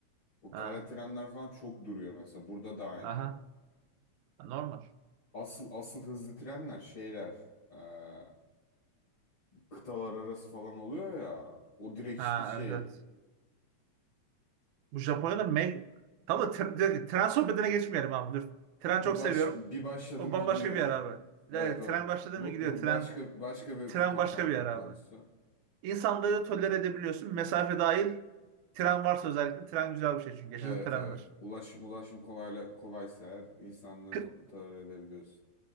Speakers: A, on the left (about 50°); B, on the right (about 85°).
A: O
B: Ha.
A: kara trenler falan çok duruyor mesela. Burada da aynı.
B: Aha. Normal.
A: Asıl asıl hızlı trenler şeyler. eee, kıtalar arası falan oluyor ya. O direkt
B: Ha
A: işte şey.
B: evet evet. Bu Japonya'da me Tamam tren, direkt tren sohbetine geçmeyelim abi dur. Tren
A: Bir
B: çok
A: baş
B: seviyorum.
A: bir başladı
B: O
A: mı
B: bambaşka
A: gidiyor yani.
B: bir yer abi.
A: Evet
B: Evet,
A: o
B: tren başladı
A: bu,
B: mı gidiyor.
A: bu
B: Tren
A: başka başka bir
B: tren
A: bu toplantının
B: başka bir yer
A: konusu.
B: abi. İnsanları tolere edebiliyorsun. Mesafe dahil tren varsa özellikle tren güzel bir şey çünkü. Yaşasın
A: Evet
B: trenler.
A: evet. Ulaşım ulaşım kolayla kolaysa eğer insanlığı
B: Kı-
A: to- tolere edebiliyorsun.